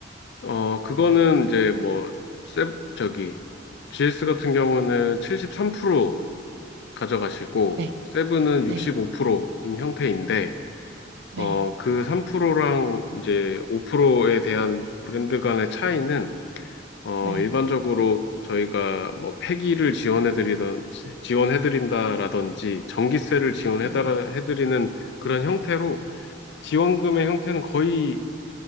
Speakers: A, on the left; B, on the right.
A: 어, 그거는 이제 뭐, 세, 저기, GS 같은 경우는 73% 가져가시고
B: 네,
A: 세븐은
B: 네,
A: 65%인 형태인데
B: 네,
A: 어, 그 3%랑 이제 5%에 대한 브랜드 간의 차이는 어,
B: 네,
A: 일반적으로 저희가 뭐 폐기를 지원해드리던 지원해드린다라든지 전기세를 지원해드리는
B: 네,
A: 그런 형태로 지원금의 형태는 거의